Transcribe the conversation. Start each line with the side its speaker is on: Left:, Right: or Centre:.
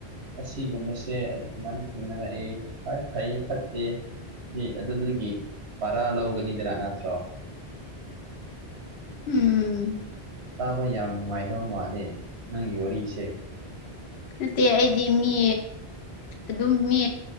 Right: ꯑꯁꯤꯒꯨꯝꯕꯁꯦ ꯑꯁꯨꯃꯥꯏꯅ ꯊꯦꯡꯅꯔꯛꯑꯦ ꯍꯣꯢ ꯐꯩ ꯐꯠꯇꯦ ꯅꯦ ꯑꯗꯨꯗꯒꯤ ꯄꯥꯔꯥ ꯂꯧꯒꯅꯤꯗꯅ ꯅꯠꯇ꯭ꯔꯣ
Left: ꯎꯝ
Right: ꯇꯥꯕ ꯌꯥꯝ ꯅꯨꯡꯉꯥꯏꯗꯧ ꯃꯥꯜꯂꯦ ꯅꯪꯒꯤ ꯋꯥꯔꯤꯁꯦ
Left: ꯅꯠꯇꯦ ꯑꯩꯗꯤ ꯃꯤ ꯑꯗꯨꯝ ꯃꯤ